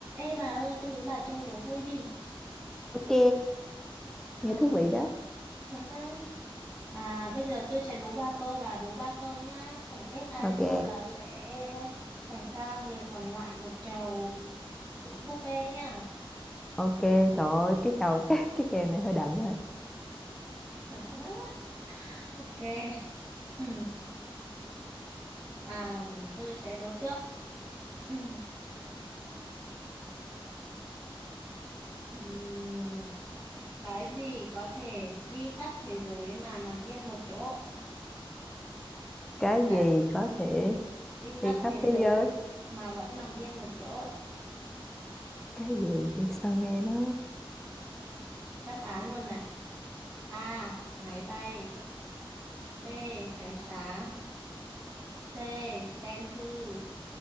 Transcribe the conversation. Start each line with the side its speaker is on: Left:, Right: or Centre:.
Right: Ê bà ơi, tôi với bà chơi đố vui đi.
Centre: Ok, nghe
Right: À,
Centre: thú vị đó.
Right: <laughs> à bây giờ tôi sẽ đố ba câu, bà đố ba câu nhá. Tổng kết ai
Centre: Ok,
Right: thua là sẽ phải trao người còn lại một chầu buffet nhá.
Centre: ok, trời ơi, cái chầu <laughs> cái cái kèo này hơi đậm ha.
Right: <laughs> Ok. Ừ. À, tôi sẽ đố trước. Ừ. Ừm, Cái gì có thể đi khắp thế giới mà nằm yên một chỗ?
Centre: Cái
Right: Cả
Centre: gì có thể
Right: đi khắp
Centre: đi khắp
Right: thế
Centre: thế
Right: giới
Centre: giới?
Right: mà vẫn nằm yên một chỗ.
Centre: Cái gì đi sao nghe nó
Right: Đáp án luôn này. A. Máy bay. B. Ánh sáng C. Tem thư